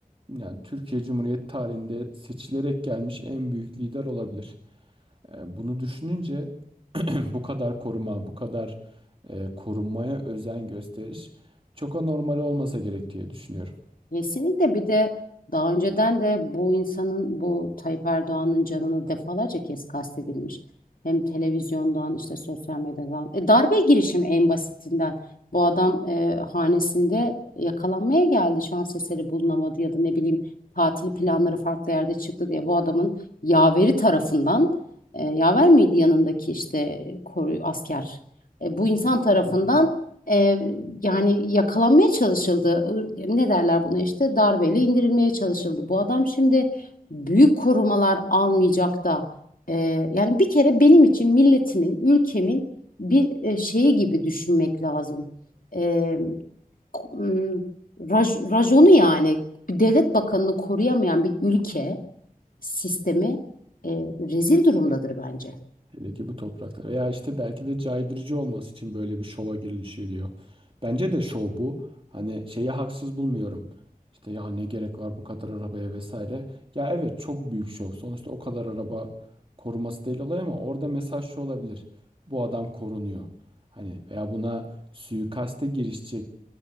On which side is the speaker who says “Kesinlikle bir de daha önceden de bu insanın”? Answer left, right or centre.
Left